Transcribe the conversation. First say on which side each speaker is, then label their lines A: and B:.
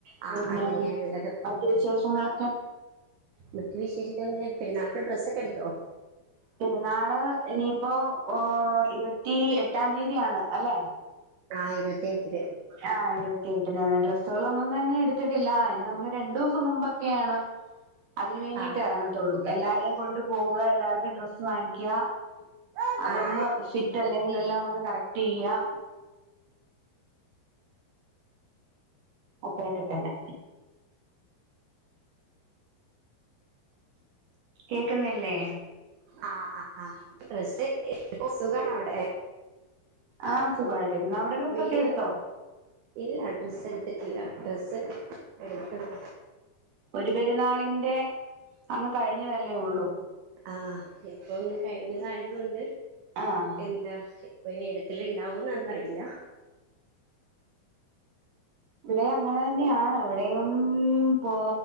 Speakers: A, on the right; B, on the right.
A: പിന്നെ
B: ആ അങ്ങനെയാള്ളത്
A: മറ്റു വിശേഷങ്ങളൊക്കെ
B: മറ്റു വിശേഷങ്ങളൊക്കെ പെരുന്നാക്ക് ഡ്രസ്സൊക്കെ എടുത്തോ
A: പെരുന്നാള് ഇനിയിപ്പോ ഓ ഇരുപത്തി എട്ടാംതീയതിയാണ് അല്ലെ
B: ആ ഇരുപത്തിയെട്ടിന്
A: ആ ഇരുപത്തിയെട്ടിന് ഡ്രസ്സുകളൊന്നും തന്നെ എടുത്തിട്ടില്ല അതിന് നമ്മള് രണ്ടുദിവസം മുമ്പൊക്കെയാണ് അതിനുവേണ്ടിട്ട്
B: ആ
A: എറങ്ങത്തൊള്ളൂ എല്ലാരേയും കൊണ്ട് പോവുക എല്ലാർക്കും ഡ്രസ്സ് വാങ്ങിക്കുക
B: ആ
A: അതൊന്ന്
B: ആണോ
A: ഷി റ്റഅല്ലെങ്കിൽ എല്ലാം ഒന്ന് കറക്റ്റ് ചെയ്യാ അത്രയൊക്കെ തന്നെ കേക്കുന്നില്ലേ
B: ആ ആ ആ ഡ്രസ്സ് സുഖാണോ അവിടെ
A: ആ സുഖായിട്ടിരിക്കുന്നു അവിടെ ഡ്രസ്സൊക്കെ
B: വെയില്
A: എടുത്തോ
B: വന്നോ ഇല്ല ഡ്രസ്സ് എടുത്തിട്ടില്ല ഡ്രസ്സ് എടുക്കണം
A: ഒരു പെരുന്നാളിന്റെ അങ്ങു കഴിഞ്ഞതല്ലേയൊള്ളു
B: ആ ഇപ്പൊ ഒന്ന് കഴിഞ്ഞതായതുകൊണ്ട്
A: ആഹ്
B: എന്താ ഇപ്പം ഇനി എടുക്കലൊണ്ടാവോന്ന് അന്ന് അറിയില്ല
A: ഇവിടെ അങ്ങനെ തന്നെയാണൊ ഇവിടേയും പോ